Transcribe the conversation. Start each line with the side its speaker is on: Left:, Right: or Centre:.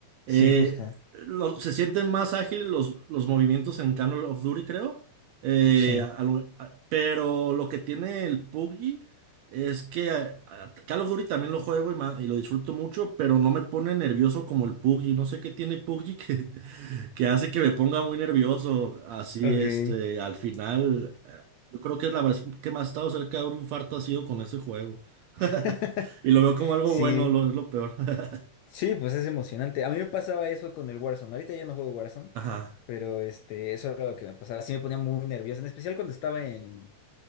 Right: Eh,
Left: Sí, justo.
Right: lo- se sienten más ágiles los, los movimientos en Call of Duty, creo. Eh,
Left: Sí.
Right: a- a lo- a- pero lo que tiene el PUBG es que a- a- Call of Duty también lo juego y, ma- y lo disfruto mucho, pero no me pone nervioso como el PUBG. No sé qué tiene PUBG que, <laughs> que hace que me ponga muy nervioso. Así,
Left: Ok.
Right: este, al final, eh, yo creo que es la vez que más he estado cerca de un infarto ha sido con ese juego. <laughs>
Left: <laughs>
Right: Y lo veo como algo
Left: Sí.
Right: bueno, lo, es lo peor. <laughs>
Left: Sí, pues es emocionante. A mí me pasaba eso con el Warzone. Ahorita ya no juego Warzone,
Right: Ajá.
Left: pero este, eso era lo que me pasaba. Sí me ponía muy nervioso, en especial cuando estaba en,